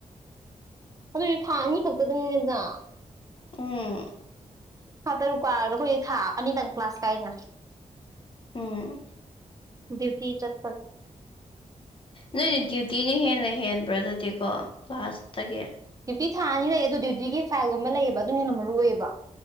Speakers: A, on the right; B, on the left.
A: ꯑꯗꯨꯏꯖꯨ ꯊꯥ ꯑꯅꯤ ꯈꯛꯇꯗꯪꯅꯤꯅ
B: ꯎꯝ
A: ꯊꯥ ꯇꯔꯨꯛ ꯀꯥꯔꯖꯨ ꯑꯩꯈꯣꯏ ꯊꯥ ꯑꯅꯤꯗꯪ ꯀ꯭ꯂꯥꯁ ꯀꯥꯏꯅ
B: ꯎꯝ
A: ꯗꯤꯌꯨꯇꯤ ꯆꯠꯄꯒꯤ
B: ꯅꯣꯏꯗꯤ ꯗꯤꯌꯨꯇꯤꯅ ꯍꯦꯟꯅ ꯍꯦꯟꯕ꯭ꯔꯥ ꯑꯗꯨꯗꯤꯀꯣ ꯀ꯭ꯂꯥꯁꯇꯒꯤ
A: ꯗꯤꯌꯨꯇꯤ ꯊꯥ ꯑꯅꯤ ꯂꯩꯌꯦ ꯑꯗꯨ ꯗꯤꯌꯨꯇꯤꯒꯤ ꯐꯥꯏꯜꯒꯨꯝꯕ ꯂꯩꯌꯦꯕ ꯑꯗꯨꯅ ꯍꯟꯅ ꯃꯔꯨ ꯑꯣꯏꯌꯦꯕ